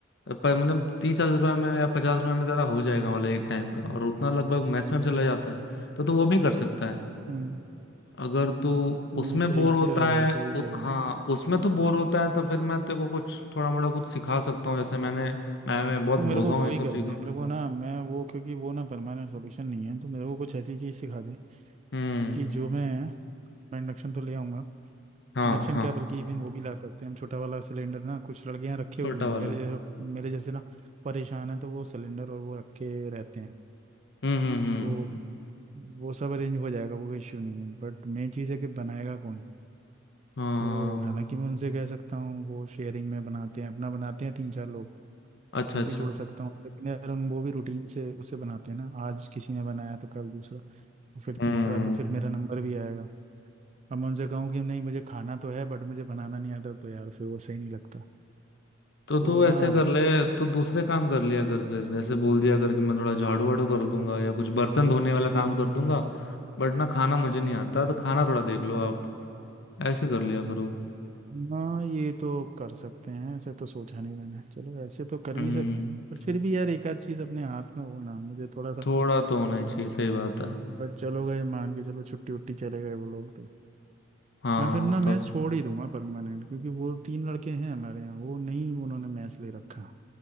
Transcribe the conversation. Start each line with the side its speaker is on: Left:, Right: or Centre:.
Left: पर मतलब तीस चालीस रुपए में या पचास रुपए में तेरा हो जाएगा मतलब एक टाइम का और उतना लगभग मैस में भी चला जाता है तो तू वो भी कर सकता है
Right: हम्म,
Left: अगर तू
Right: नहीं
Left: उसमें
Right: सही
Left: बोर होता
Right: कह रहा है भाई
Left: है
Right: सही
Left: उ,
Right: कह
Left: हाँ
Right: रहा है
Left: उसमें तो बोर होता है तो फिर मैं तेरे को कुछ थोड़ा मोड़ा कुछ सिखा सकता हूँ जैसे मैंने मैं, मैं बहुत
Right: तू
Left: भोगा
Right: मेरे को
Left: हूँ
Right: वही
Left: ये सब
Right: कर
Left: चीजों
Right: मेरे
Left: में
Right: को ना मैं वो क्योंकि वो ना परमानेंट सॉल्यूशन नहीं है तो मेरे को कुछ ऐसी चीज सिखा दे
Left: हम्म
Right: कि जो मैं मैं इंडक्शन तो ले आऊंगा
Left: हाँ
Right: इंडक्शन
Left: हाँ
Right: क्या बल्कि इवन वो भी ला सकते हैं हम छोटा वाला सिलेंडर ना कुछ लड़के यहाँ रखे
Left: छोटा
Right: हुए हैं
Left: वाला
Right: मेरे जैसे मेरे जैसे ना परेशान है तो वो सिलेंडर और वो रखे रहते हैं
Left: हम्म हम्म हम्म
Right: तो वो सब अरेंज हो जाएगा वो कोई इश्यू नहीं है बट मेन चीज़ है कि बनाएगा कौन
Left: हाँ
Right: तो हालांकि मैं उनसे कह सकता हूँ वो शेयरिंग में बनाते हैं अपना बनाते हैं तीन चार लोग
Left: अच्छा
Right: मैं
Left: अच्छा
Right: भी जोड़ सकता हूँ लेकिन यार उन वो भी रूटीन से उसे बनाते हैं ना आज किसी ने बनाया तो कल दूसरा तो फिर
Left: हम्म,
Right: तीसरा तो फिर मेरा नंबर भी आएगा अब मैं उनसे कहूँ कि नहीं मुझे खाना तो है बट मुझे बनाना नहीं आता तो यार फिर वो सही नहीं लगता
Left: तो
Right: तो
Left: तू
Right: ना
Left: ऐसे कर ले तू दूसरे काम कर लिया कर फिर जैसे बोल दिया कर कि मैं थोड़ा झाड़ू वाड़ू कर दूंगा या कुछ बर्तन धोने वाला काम कर दूंगा बट ना खाना मुझे नहीं आता तो खाना थोड़ा देख लो आप ऐसे कर लिया करो
Right: ना ये तो कर सकते हैं ऐसे तो सोचा नहीं मैंने चलो ऐसे तो कर
Left: हम्म।
Right: भी सकते हैं पर फिर भी यार एक आध चीज़ अपने हाथ में हो ना मुझे थोड़ा सा
Left: थोड़ा तो होना ही चाहिए सही बात है
Right: बट चलो गए मान के चलो छुट्टी उट्टी चले गए वो लोग तो
Left: हाँ
Right: मैं फिर ना मैच
Left: तब
Right: छोड़ ही दूंगा परमानेंट क्योंकि वो तीन लड़के हैं हमारे यहाँ वो नहीं उन्होंने मैच ले रखा